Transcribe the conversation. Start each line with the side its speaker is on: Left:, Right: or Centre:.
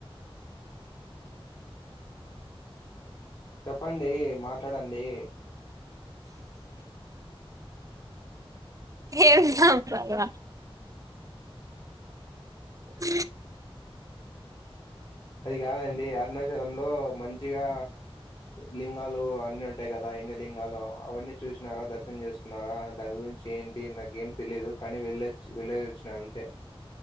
Left: చెప్పండి మాట్లాడండి
Right: ఏం చెప్పాలా అ
Left: అది కాదండి అరుణాచలామ్లో మంచిగా లింగాలు అన్ని ఉంటాయి కదా ఎన్ని లింగా అవన్నీ చూసినారా దర్శనం చేసుకున్నారా దాని గురించి ఏంటి నాకు ఏం తెలియదు కానీ వెళ్ళచ్చ వెళ్ళొచ్చిన అంతే